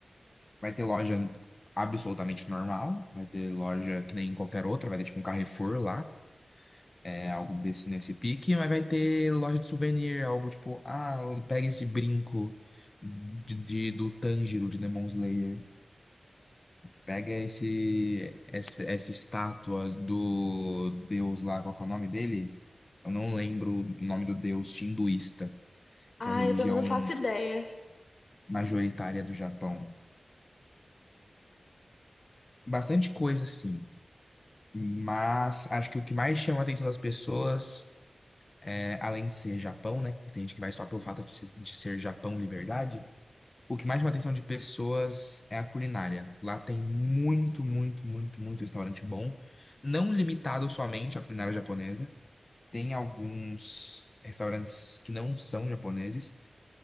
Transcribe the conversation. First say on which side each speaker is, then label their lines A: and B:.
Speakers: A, on the left (about 40°); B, on the left (about 60°).
A: vai ter loja absolutamente normal, vai ter loja que nem qualquer outra, vai ter tipo um Carrefour lá, é algo desse nesse pique, mas vai ter loja de souvenir, algo tipo, ah, pega esse brinco de, de- do Tanjiro de Demon Slayer. Pega esse, esse essa estátua do deus lá, qual que é o nome dele? Eu não lembro o nome do deus hinduísta,
B: Ah,
A: que é a religião
B: eu também não faço ideia.
A: majoritária do Japão. Bastante coisa, sim. Mas acho que o que mais chama a atenção das pessoas, é, além de ser Japão, né? que Tem gente que vai só pelo fato de ser de ser Japão liberdade. O que mais chama a atenção de pessoas é a culinária. Lá tem muito, muito, muito, muito restaurante bom. Não limitado somente à culinária japonesa. Tem alguns restaurantes que não são japoneses